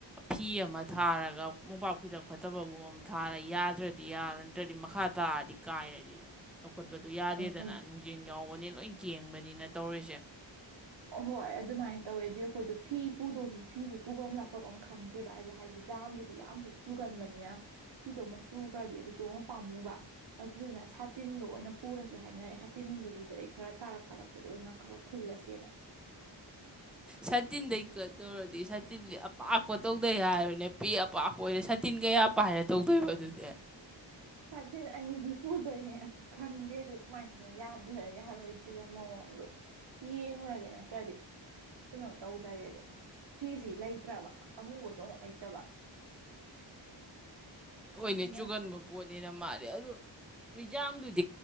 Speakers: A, in the centre; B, on the right (about 65°).
A: ꯐꯤ ꯑꯃ ꯊꯥꯔꯒ ꯃꯣꯝꯄꯥꯛ ꯐꯤꯗꯛ ꯐꯠꯇꯕꯒꯨꯝ ꯊꯥꯔ ꯌꯥꯗ꯭ꯔꯗꯤ ꯌꯥꯗꯔꯗꯤ ꯅꯠꯇ꯭ꯔꯗꯤ ꯃꯈꯥ ꯇꯥꯔꯗꯤ ꯀꯥꯏꯔꯗꯤ ꯂꯧꯈꯠꯄꯗꯨ ꯌꯥꯗꯦꯗꯅ
B: ꯎꯝ
A: ꯅꯨꯡꯖꯦꯡ ꯌꯥꯎꯕꯅꯤ ꯂꯣꯏ ꯀꯦꯡꯕꯅꯤꯅ ꯇꯧꯔꯤꯁꯦ
B: ꯑꯣ ꯍꯣꯏ ꯑꯗꯨꯃꯥꯏꯅ ꯇꯧꯋꯦ ꯑꯗꯨꯗꯤ ꯑꯩꯈꯣꯏꯗꯣ ꯐꯤ ꯄꯨꯗꯧꯁꯨ ꯐꯤꯁꯦ ꯄꯨꯐꯝ ꯂꯥꯛꯄꯝ ꯑꯃ ꯈꯪꯗ꯭ꯔꯦꯕ ꯍꯥꯏꯗꯤ ꯖꯥꯝꯗꯨ ꯑꯗꯨ ꯌꯥꯝꯁꯨ ꯆꯨꯒꯟꯕꯅꯤꯅ ꯐꯤꯗꯣ ꯑꯃꯨꯛ ꯆꯨꯈ꯭ꯔꯗꯤ ꯑꯗꯨꯁꯨ ꯑꯃꯨꯛ ꯄꯥꯝꯃꯨꯕ ꯑꯗꯨꯗꯨꯅ ꯁꯥꯇꯤꯟꯗꯣ ꯑꯣꯏꯅ ꯄꯨꯔꯁꯦ ꯍꯥꯏꯅꯔꯦ ꯁꯥꯇꯤꯟꯗꯨꯒꯤꯗ ꯑꯩ ꯈꯔ ꯇꯥꯔꯛ ꯇꯥꯔꯛꯄꯗꯣ ꯑꯣꯏꯅ ꯈꯔ ꯈꯨꯜꯂꯁꯤꯅ
A: ꯁꯇꯤꯟꯗꯩꯀ ꯇꯧꯔꯗꯤ ꯁꯇꯤꯟꯗꯤ ꯑꯄꯥꯛꯄ ꯇꯧꯗꯩ ꯌꯥꯔꯣꯏꯅꯦ ꯄꯤ ꯄꯥꯄ ꯑꯣꯏꯔꯦ ꯁꯥꯇꯤꯟ ꯀꯌꯥ ꯄꯥꯏꯔ ꯇꯧꯗꯣꯏꯕ ꯑꯗꯨꯗꯤ
B: ꯁꯥꯊꯤꯟ ꯑꯅꯤꯗꯤ ꯄꯨꯗꯣꯏꯅꯦ ꯑꯗꯨ ꯈꯪꯗꯦ ꯑꯗꯨ ꯀꯃꯥꯏꯅꯅꯣ ꯌꯥꯗꯣꯏꯔ ꯌꯥꯔꯣꯏꯗꯨꯏꯔꯥ ꯃꯑꯣꯡꯗꯣ ꯌꯦꯎꯔꯒꯦ ꯅꯠꯇ꯭ꯔꯗꯤ ꯀꯩꯅꯣ ꯇꯧꯗꯔꯦꯕ ꯐꯤꯁꯤ ꯂꯩꯇ꯭ꯔꯕ ꯑꯃꯨꯕꯁꯨ ꯑꯃꯨꯛ ꯂꯩꯇꯕ
A: ꯍꯣꯏꯅꯦ
B: ꯑꯗꯨꯅ
A: ꯆꯨꯒꯟꯕ ꯄꯣꯠꯅꯤꯅ ꯃꯥꯂꯦ ꯑꯗꯨ ꯅꯨꯖꯥꯝꯗꯨꯗꯤ